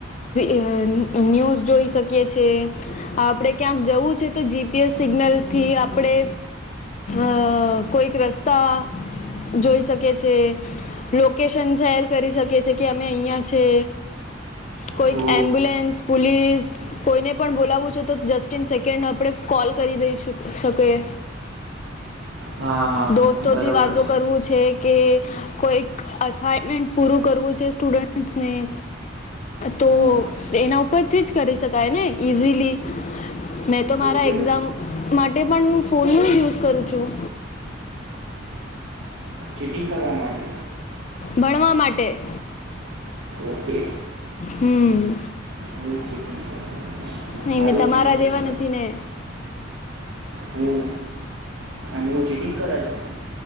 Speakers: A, on the left; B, on the right.
A: એ ન્યૂઝ જોઈ શકીએ છીએ. આપડે ક્યાંક જવું છે તો જીપીએસ સિગ્નલ થી આપડે અ કોઈક રસ્તા જોઈશ શકે છે, લોકેશન શેર કરી શકે છે કે અમે અહીંયા છે. કોઈક
B: હો
A: એમ્બુલેન્સ, પુલીસ કોઈને પણ બોલાવવું છે તો જસ્ટ ઇન સેકન્ડ આપડે કોલ કરી દઈ શક શકીએ.
B: હા હા હા
A: દોસ્ત તો
B: બરોબર
A: થી વાતો કરવું છે કે કોઈક અસાઈમેન્ટ પૂરું કરવું છે સ્ટુડન્ટ અ સ્નેહ તો
B: હા
A: એના ઉપરથી જ કરી શકાય ને ઈઝીલી મે તો મારા
B: ઓકે
A: એક્ઝામ માટે પન હું ફોનનું યુઝ કરું છું.
B: ચિટિંગ કરવા માટે.
A: ભણવા માટે
B: ઓકે
A: હમ.
B: હું ચીટિંગ કરવા
A: નહીં,
B: સારું
A: મેં તમારા
B: છે ને પછી
A: જેવા નથી ને.
B: હું હું ચિટિંગ કરે છે.